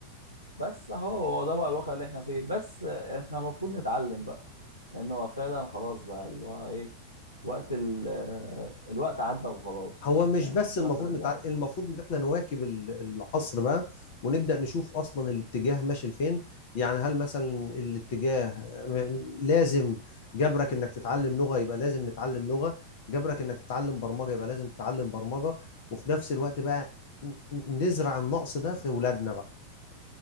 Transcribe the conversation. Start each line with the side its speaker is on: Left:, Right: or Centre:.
Right: بس اهو هو ده بقى الواقع اللي احنا فيه بس آه، احنا المفروض نتعلم بقى لان هو فعلا خلاص بقى اللي هو ايه وقت ال... آه، الوقت عدى وخلاص
Left: هو مش
Right: يعني
Left: بس
Right: مش مش
Left: المفروض
Right: هتعرف ترجعه
Left: نتعلم المفروض ان احنا نواكب ال- العصر بقى ونبدا نشوف اصلا الاتجاه ماشي لفين يعني هل مثلا الاتجاه م- لازم جبرك انك تتعلم لغه يبقى لازم نتعلم لغه جبرك انك تتعلم برمجه يبقى لازم تتعلم برمجه وفي نفس الوقت بقى ن- نزرع النقص ده في اولادنا بقى